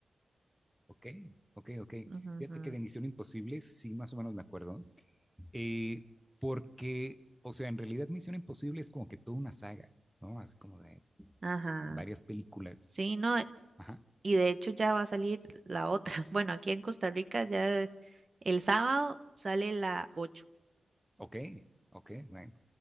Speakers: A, in the centre; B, on the right (about 30°).
A: Ok, ok, ok.
B: Ujú,
A: Fíjate
B: ujú.
A: que de Misión Imposible sí más o menos me acuerdo, eh, porque, o sea, en realidad Misión Imposible es como que toda una saga, ¿no? Así como de
B: Ajá.
A: pues, varias películas.
B: Sí, no,
A: Ajá,
B: y de hecho ya va a salir la otra. <laughs> Bueno, aquí en Costa Rica ya el sábado sale la ocho
A: ok, ok, bueno,